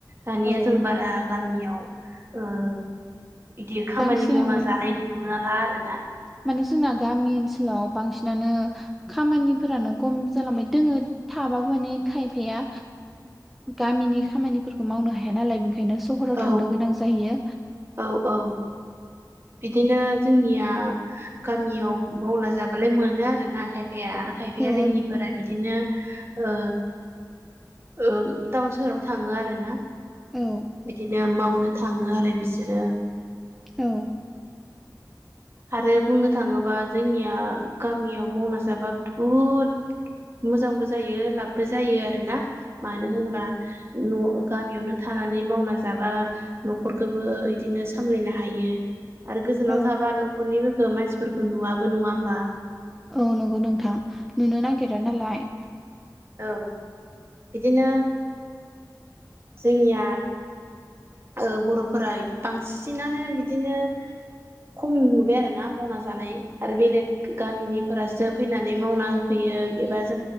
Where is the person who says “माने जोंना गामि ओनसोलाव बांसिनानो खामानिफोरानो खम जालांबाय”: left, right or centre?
Centre